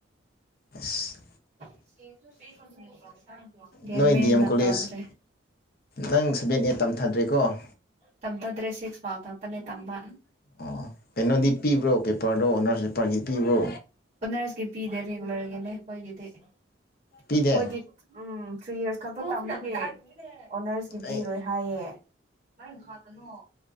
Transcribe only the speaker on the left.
ꯑꯁ
ꯅꯣꯏ
ꯗꯤ ꯑꯦꯝ
ꯀꯣꯂꯦꯖ ꯅꯪ ꯁꯕꯦꯟ ꯑꯩꯠ ꯇꯝꯊꯗ꯭ꯔꯦꯀꯣ
ꯑꯣ ꯀꯩꯅꯣꯗꯤꯞ ꯄꯤꯕ꯭ꯔꯣ ꯑꯣꯀꯦ ꯄꯤꯄꯔꯗꯣ ꯑꯣꯅꯔꯁꯤ ꯄꯔꯒꯤ ꯄꯤꯕ꯭ꯔꯣ
ꯄꯤꯗꯦ
ꯑꯩ